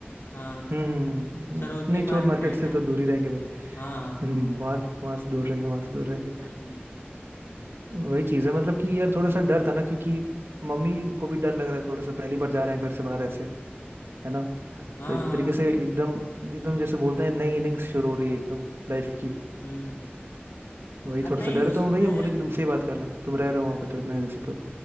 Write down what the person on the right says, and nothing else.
हम्म हम्म, हम्म,
नहीं
चोर मार्केट से
तो दूर ही रहेंगे भाई
वहां वहां से दूर रहेंगे वहां से दूर रहेंगे
वही चीज है मतलब कि यार थोड़ा सा डर था ना क्योंकि मम्मी को भी डर लग रहा है थोड़ा सा पहली बार जा रहे हैं घर से बाहर ऐसे है ना
तो एक
तरीके से एकदम एकदम जैसे बोलते हैं नई इनिंग्स शुरू हो रही है एकदम लाइफ की
वही
थोड़ा
सा डर है,
तो हम वही हम बोले कि तुमसे ही बात कर लें तुम रह रहे हो वहाँ पे तो इतने दिन से तो